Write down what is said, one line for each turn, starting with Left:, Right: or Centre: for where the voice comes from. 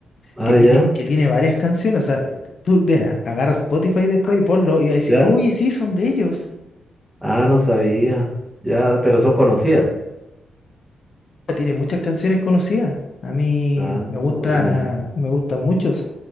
Centre: Ah,
Left: que tiene,
Centre: ya,
Left: que tiene varias canciones, o sea, tú, mira, agarra Spotify después y ponlo y vas a decir,
Centre: ya.
Left: oye, sí, son de ellos.
Centre: Ah, no sabía. Ya, pero eso conocía.
Left: Tiene muchas canciones conocidas, a mí
Centre: Ah, buena,
Left: me gusta, me gustan muchos,